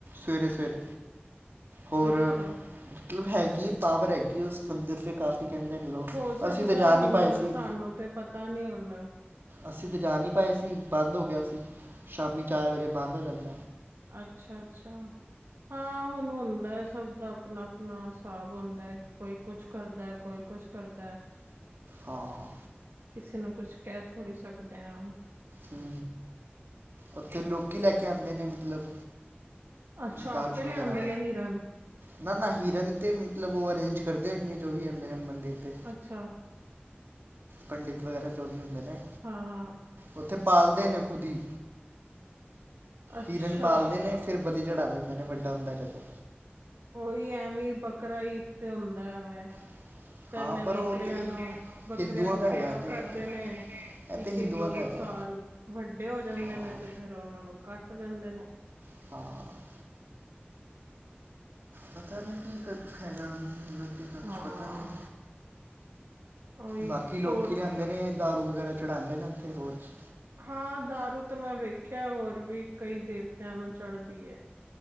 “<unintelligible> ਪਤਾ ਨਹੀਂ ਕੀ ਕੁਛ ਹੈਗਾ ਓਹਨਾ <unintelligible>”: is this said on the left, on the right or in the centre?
Right